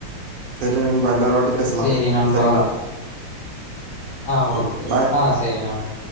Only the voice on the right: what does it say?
சேரி நண்பா. இன்னொரு வாட்டி பேசலா
சரிங்களா
ம்
பாய்